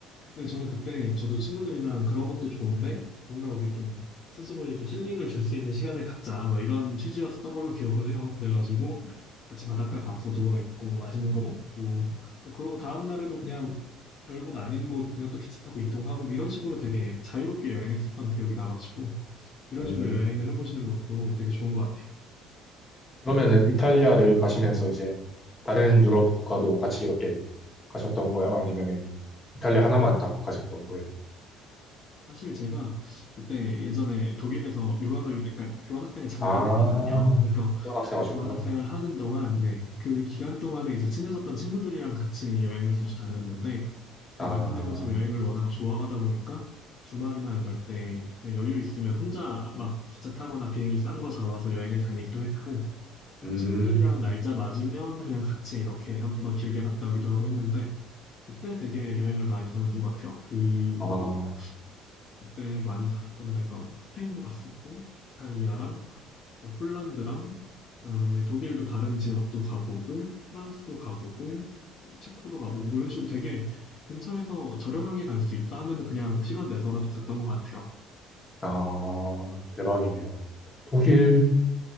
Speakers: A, on the left; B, on the left.
A: 근데 저는 그때 저도 친구들이랑 그런 것도 좋은데 뭔가 우리 좀 스스로에게 힐링을 줄 수 있는 시간을 갖자 막 이런 취지였던 걸로 기억을 해요. 그래가지고 같이 바닷가 가서 누워 있고 맛있는 거 먹고 또 그러고 다음 날에도 그냥 별곳 아닌 곳 그냥 또 기차 타고 이동하고 뭐 이런 식으로 되게 자유롭게 여행했었던 기억이 나가지고 이런
B: 음,
A: 식으로 여행을 해보시는 것도 되게 좋은 것 같아요.
B: 그러면은 이탈리아를 가시면서 이제 다른 유럽 국가도 같이 이렇게 가셨던 거예요? 아니면은 이탈리아 하나만 딱 가셨던 거예요?
A: 사실 제가 그때 예전에 독일에서 유학을, 그러니까 교환학생을 잠깐
B: 아,
A: 했거든요. 그래서
B: 교환학생
A: 그
B: 하셨구나.
A: 교환학생을 하는 동안, 네, 그 기간 동안에 이제 친해졌던 친구들이랑 같이 여행을 자주 다녔는데, 제가
B: 아,
A: 말씀드린 것처럼 여행을 워낙 좋아하다 보니까 주말이나 이럴 때 그냥 여유 있으면 혼자 막 기차 타거나 비행기 싼 거 잡아서 여행을 다니기도 했고,
B: 음,
A: 또 친구들이랑 날짜 맞으면 그냥 같이 이렇게 한번 길게 갔다 오기도 하고 했는데, 그때 되게 여행을 많이 다녔던 것 같아요. 그, 뭐,
B: 아,
A: 그때 많이 갔었던 데가 스페인도 갔었고, 이탈리아랑 그 폴란드랑 그다음에 독일도 다른 지역도 가보고, 프랑스도 가보고, 체코도 가보고 뭐 이런 식으로 되게 근처에서 저렴하게 갈 수 있다 하면은 그냥 시간 내서라도 갔던 것 같아요.
B: 아, 대박이네요. 독일